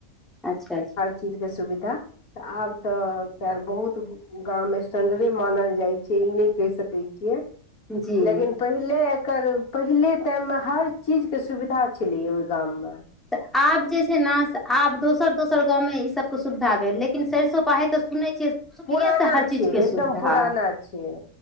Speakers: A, in the centre; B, on the left.
A: अच्छा अच्छा
B: चीज के सुविधा त आब त‌ केर बहुत गाम स्टंडरे मानल जाइ छै ई नहि कहि सकै छियै
A: जी
B: लेकिन पहिले एकर पहिले टाइम मे हर चीज के सुविधा छलैया ओहि गाममे
A: त आब जे छै ने आब दोसर दोसर गाँवमें ई सब के सुविधा भेल लेकिन सरिसब पाही त सुनने छियै सुरये
B: पुराना
A: से हर चीजके
B: छै एकदम
A: सुविधा
B: पुराना छै